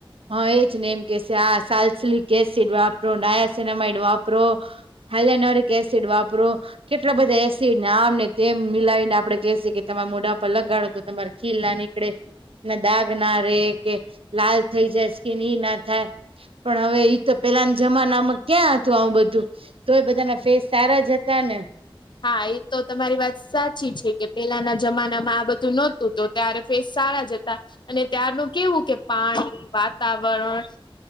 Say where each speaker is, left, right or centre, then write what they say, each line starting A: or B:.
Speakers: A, on the right; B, on the left.
A: હા એજ ને એમ કે છે આ સાલ્સલિક એસિડ વાપરો નાયા સિનામાઈડ વાપરો, હલ્નારે એક એસીડ વાપરો કેટલા એસિડને આમ ને તેમ મિલાવીને આપડે કેહેસી કે તમામે મોઢા પર લગાડો તમારે, ખીલ ના નીકળે દાગ ના રે કે લાલ, થઈ જાય સ્કિન કે એ ના થાય પણ ઈ તો પેલાના જમાનામાં ક્યાં હતું આવું બધું, તો એ બધાના ફેસ સારા જ હતા ને,
B: હા એ તો તમારી વાત સાચી છે, કે પેલાના જમાનામાં આ બધું નહોતું તો, ત્યારે ફેસ સારા જતા અને ત્યારનું કેવું, કે પાણી, વાતાવરણ,